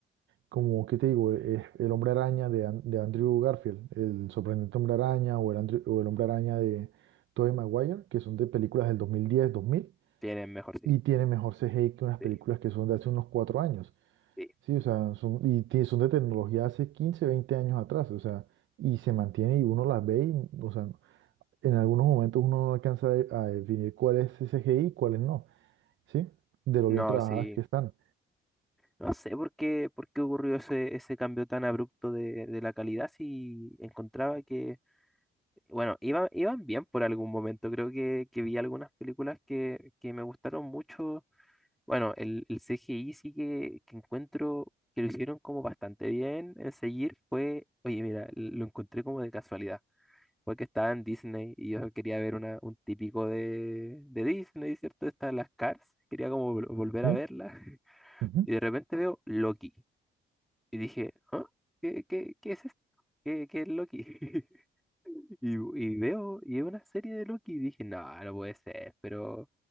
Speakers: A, on the right; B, in the centre.
A: como ¿qué te digo? Es El Hombre Araña de, An- de Andrew Garfield, El Sorprendente Hombre Araña o El, Andrew- o el Hombre Araña de Tobey Maguire, que son de películas del 2010, 2000,
B: Tienen mejor sí,
A: y tiene mejor CGI que unas
B: sí,
A: películas que son de hace unos cuatro años.
B: sí.
A: Sí, o sea, son, y ti- son de tecnología hace 15, 20 años atrás, o sea, y se mantiene y uno las ve y, o sea, en algunos momentos uno no alcanza a a definir cuál es CGI y cuál es no. ¿sí? De lo
B: No,
A: bien trabajadas
B: sí.
A: que están,
B: No sé por qué, por qué ocurrió ese, ese cambio tan abrupto de, de la calidad si encontraba que Bueno, iban, iban bien por algún momento. Creo que, que vi algunas películas que, que me gustaron mucho. Bueno, el, el CGI sí que, que encuentro que lo hicieron como bastante bien en seguir fue, oye, mira, lo encontré como de casualidad. Fue que estaba en Disney y yo quería ver una, un típico de, de Disney, ¿cierto? Están las Cars, quería como vol- volver
A: ¿sí?
B: a verla. <laughs>
A: Ujú.
B: Y de repente veo Loki. Y dije, ¿ah? ¿Qué, qué, qué es esto? ¿Qué, qué es Loki? <laughs> Y, y veo, y es una serie de Loki, y dije, no, no puede ser, pero